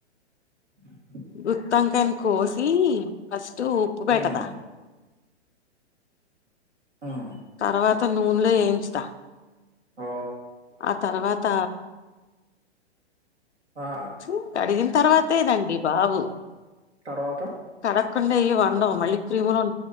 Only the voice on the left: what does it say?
గుత్తంకాయని కోసి ఫస్ తూ ఉప్పు పెడతా
తర్వాత నూనెలో ఏంచుత
ఆ తర్వాత
చు కడిగిన్ తర్వాతదండి బాబు
కడకుండ ఈ వండం మళ్లి క్రీమలు ఉం